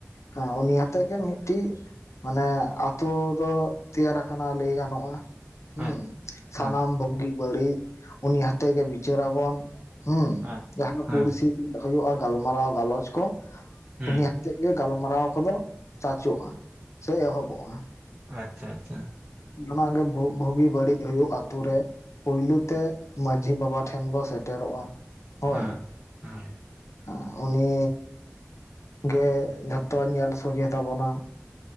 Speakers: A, on the left (about 75°); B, on the right (about 20°).
A: ᱦᱮᱸ ᱩᱱᱤ ᱟᱛᱮᱮᱴᱫ ᱜᱮ ᱢᱤᱫᱴᱤᱡ ᱢᱟᱱᱮ ᱟᱛ ᱛᱳ ᱫᱚ ᱛᱮᱭᱟᱨ ᱟᱠᱟᱱᱟ ᱞᱟᱹᱭ ᱜᱟᱱᱚᱜ-ᱟ ᱦᱩᱸ᱾
B: ᱟᱪᱪᱷᱟ ᱦᱮᱸ
A: ᱥᱟᱱᱟᱢ ᱵᱩᱜᱤ ᱵᱟᱹᱲᱤᱡ ᱩᱱᱤ ᱦᱟᱛᱮ ᱜᱮ ᱵᱤᱪᱟᱹᱨᱟᱵᱚᱱ᱾ ᱦᱩᱸ
B: ᱟᱪ
A: ᱡᱟᱦᱟᱸ ᱜᱮ
B: ᱦᱮᱸ
A: ᱯᱩᱲᱥᱤ ᱫᱩᱲᱩᱵ ᱦᱚᱭᱚᱜ-ᱟ ᱜᱟᱞᱢᱟᱨᱟᱣ ᱜᱟᱞᱚᱪ ᱠᱚ,
B: ᱦᱩᱸ
A: ᱩᱱᱤ ᱦᱟᱛᱮᱡ ᱜᱟᱞᱢᱟᱨᱟᱣ ᱠᱚᱫᱚ ᱪᱟᱪᱳᱜ-ᱟ ᱥᱮ ᱮᱦᱚᱵᱚᱜ-ᱟ᱾
B: ᱟᱪᱪᱷᱟ ᱟᱪᱪᱷᱟ᱾
A: ᱡᱷᱚᱱᱟᱜᱮ ᱱᱷᱩ-ᱵᱷᱩᱜᱤ ᱵᱟᱹᱲᱤᱡ ᱦᱳᱭᱳᱜ ᱟᱛᱳ ᱨᱮ᱾ ᱯᱳᱭᱞᱩ ᱛᱮ ᱢᱟᱹᱡᱷᱤ ᱵᱟᱵᱟ ᱴᱷᱮᱱ ᱵᱚ ᱥᱮᱴᱮᱨᱚᱜ-ᱟ ᱦᱚᱭ᱾
B: ᱦᱮᱸ ᱦᱮᱸ
A: ᱦᱟ ᱩᱱᱤ ᱜᱮ ᱡᱷᱚᱛᱚ ᱧᱮᱞ ᱥᱚᱡᱷᱮ ᱛᱟᱵᱚᱱᱟ